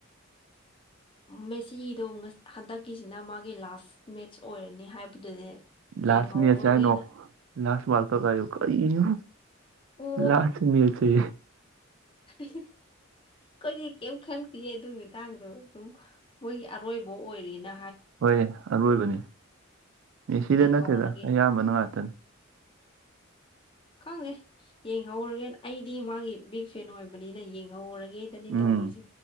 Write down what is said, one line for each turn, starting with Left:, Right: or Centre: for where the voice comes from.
Left: ꯎꯝ ꯃꯦꯁꯤꯒꯤꯗꯣ ꯍꯟꯗꯛꯀꯤꯁꯤꯅ ꯃꯥꯒꯤ ꯂꯥꯁ ꯃꯦꯠꯁ ꯑꯣꯏꯔꯅꯤ ꯍꯥꯏꯕꯗꯨꯅꯦ
Right: ꯂꯥꯁꯅꯤ
Left: ꯌꯦꯡꯍꯧꯔꯒꯦꯅ
Right: ꯑꯁꯦꯥꯏ ꯅꯣ ꯂꯥꯁ ꯃꯥꯜꯊ ꯀꯥꯏ ꯀꯅ
Left: ꯑꯣ
Right: ꯂ ꯊꯃꯤꯁꯦ
Left: <unintelligible> ꯑꯩꯈꯣꯏꯗꯤ ꯀꯩꯝ ꯈꯪꯗꯦ ꯑꯗꯨ ꯃꯇꯇꯥꯡꯗꯣ ꯑꯗꯨꯝ ꯃꯣꯏꯒꯤ ꯑꯔꯣꯏꯕ ꯑꯣꯏꯔꯤꯅ
Right: ꯍꯣꯏ ꯑꯔꯣꯏꯕꯅꯤ ꯃꯤ ꯁꯤꯗ
Left: ꯌꯦꯡꯍꯧꯔꯒꯦ
Right: ꯅꯠꯇꯦꯗ ꯑꯌꯥꯝꯕꯅ ꯉꯥꯛꯇꯅꯤ
Left: ꯈꯪꯗꯦ ꯌꯦꯡꯍꯧꯔꯒꯦ ꯑꯩꯗꯤ ꯃꯥꯒꯤ ꯕꯤꯛ ꯐꯦꯟ ꯑꯣꯏꯕꯅꯤꯅ ꯌꯦꯡꯍꯧꯔꯒꯦ ꯒꯦꯗꯅꯤ
Right: ꯎꯝ
Left: ꯇꯧꯔꯤꯁꯦ